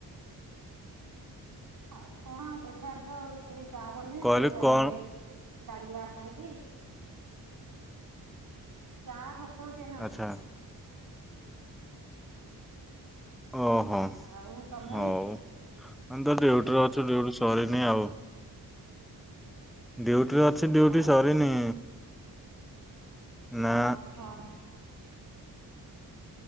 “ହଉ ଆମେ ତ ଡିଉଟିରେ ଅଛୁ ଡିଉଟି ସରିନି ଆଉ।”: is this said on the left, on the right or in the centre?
Centre